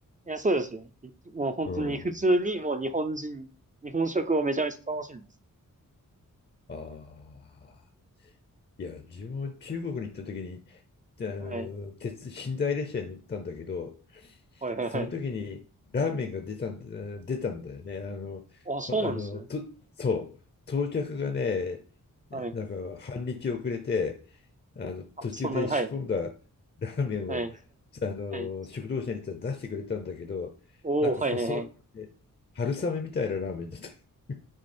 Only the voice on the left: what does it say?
うん。
ああ。いや、自分も中国に行った時に、あの、
鉄、寝台列車に乗ったんだけど、
その時にラーメンが出たんだ、出たんだよね。あの、
ほあの、と、そう、到着がね、
なんか半日遅れて、あの途中で仕込んだ
<laughs> ラーメンを
あの食堂車に行ったら出してくれたんだけど、
なんか細い、
ね、春雨みたいなラーメンだった。<laughs>